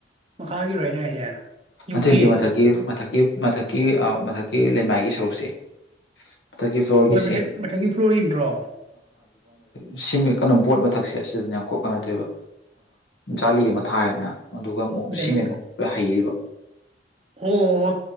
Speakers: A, on the right; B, on the left.
A: ꯃꯈꯥꯒꯤꯔꯣꯅ <unintelligible>
B: ꯅꯠꯇꯦ
A: ꯌꯨꯝꯒꯤ
B: ꯅꯠꯇꯦ ꯃꯊꯛꯀꯤ ꯃꯊꯛꯀꯤ ꯃꯊꯛꯀꯤ ꯃꯊꯛꯀꯤ ꯂꯩꯃꯥꯏꯒꯤ ꯁꯔꯨꯛꯁꯦ ꯃꯊꯛꯀꯤ ꯐ꯭ꯂꯣꯔꯒꯤꯁꯦ
A: ꯃꯣꯏ ꯃꯊ ꯃꯊꯛꯒꯤ ꯐ꯭ꯂꯣꯔꯒꯤꯗ꯭ꯔꯣ
B: ꯁꯤ ꯀꯩꯅꯣ ꯕꯣꯠ ꯃꯊꯛꯁꯦ ꯑꯁꯤꯗꯅ ꯌꯥꯝ ꯀꯔꯤꯅꯣ ꯇꯧꯔꯤꯕ ꯖꯥꯂꯤ ꯑꯃ ꯊꯥꯏꯔꯦꯗꯅ ꯑꯗꯨꯒ ꯑꯃꯨꯛ
A: ꯖꯂꯤ
B: ꯁꯤꯃꯦꯟ ꯍꯩꯔꯤꯕ
A: ꯑꯣ